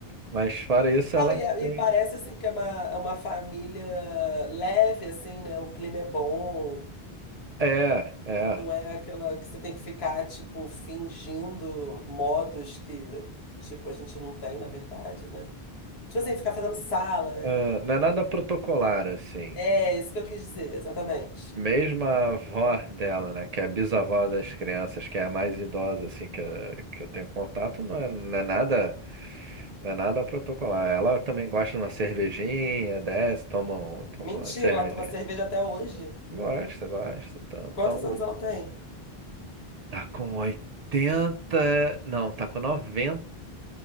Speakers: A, on the right; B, on the left.
A: Mas fora isso,
B: Não,
A: ela
B: e, é-
A: tem.
B: e parece assim que é uma, é uma família leve, assim, né? O clima é bom,
A: É, é.
B: não é aquela que você tem que ficar, tipo, fingindo modos que, tipo, a gente não tem, na verdade, né? Tipo assim, ficar fazendo sala, né?
A: Ah, não é nada protocolar, assim.
B: É, isso que eu quis dizer, exatamente.
A: Mesmo a avó dela, né, que é a bisavó das crianças, que é a mais idosa, assim, que eu, que eu tenho contato, não é, não é nada, não é nada protocolar. Ela também gosta de uma cervejinha, desce, toma, um- toma
B: Mentira,
A: uma cervejinha.
B: ela toma cerveja até hoje.
A: Gosta, gosta. Então,
B: Quantos
A: então,
B: anos ela tem?
A: tá com 80 não, tá com noventa